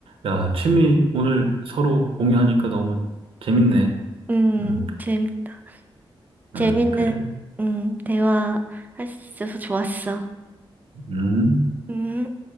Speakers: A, on the right; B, on the right.
A: 야, 취미 오늘 서로 공유하니까 너무 재밌네.
B: 음,
A: 음,
B: 재밌다. 재밌는,
A: 음, 그래.
B: 음, 대화 할 수 있어서 좋았어.
A: 음.
B: 음.